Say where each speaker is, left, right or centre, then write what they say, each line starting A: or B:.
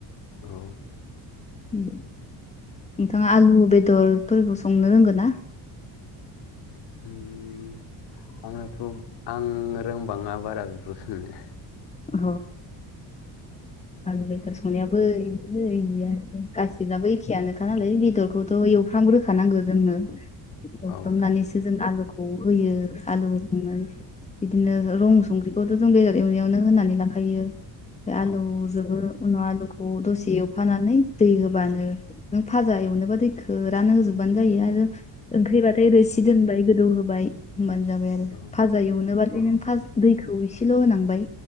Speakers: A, on the left; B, on the left.
A: औ।
B: उम नोंथाङा आलु बेदरफोरखौ संनो रोंगोन ना?
A: <inaudible> उम आंनाथ'! आं रोंबाङा बारा बेफोरखौ माने।
B: अ आलु बेदर संनायाबो इदिनो इदियानोसै गासिबनाबो एखेयानोखा नालाय बेदरखौथ' एव फ्रामग्रोखानांगौ जोङो एवफ्रामनानैसो
A: औ
B: जों आलुखौ होयो आलु होखांनानै बिदिनो रं संख्रिखौथ' जों बेदर एवनायावनो होनानै लाखायो,
A: औ
B: आलुजोंबो उनाव आलुखौ दसे एवफानानै दै होबानो नों फाजा एवनोबा दैखौ रान होजोब होबानो जायो आरो ओंख्रिबाथाय रोसि दोनबाय गोदौ होबाय। होमबानो जाबाय आरो
A: औ
B: फाजा एवनोबथाय
A: औ
B: नों दैखौ एसेल' होनांबाय।